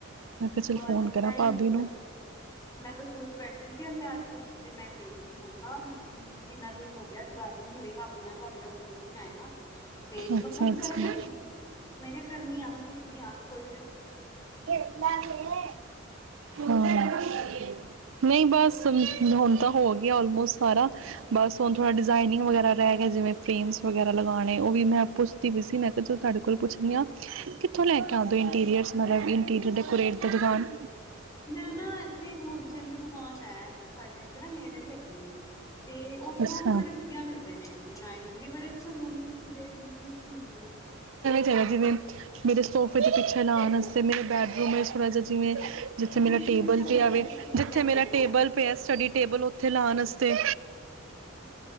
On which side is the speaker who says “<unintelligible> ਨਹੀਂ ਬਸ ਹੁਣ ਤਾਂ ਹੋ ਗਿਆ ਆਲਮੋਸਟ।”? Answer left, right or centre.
Right